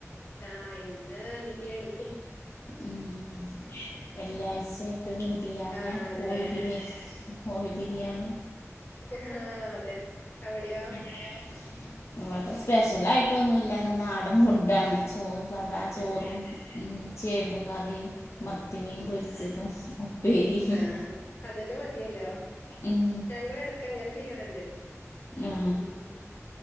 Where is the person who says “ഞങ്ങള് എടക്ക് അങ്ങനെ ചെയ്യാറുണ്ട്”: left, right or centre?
Left